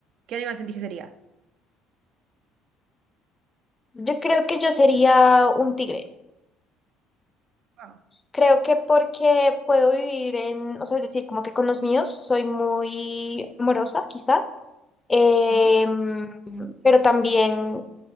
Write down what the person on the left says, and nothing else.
Yo creo que yo sería un tigre.
Creo que porque puedo vivir en, o sea, es decir, como que con los míos soy muy amorosa, quizá, em,
pero también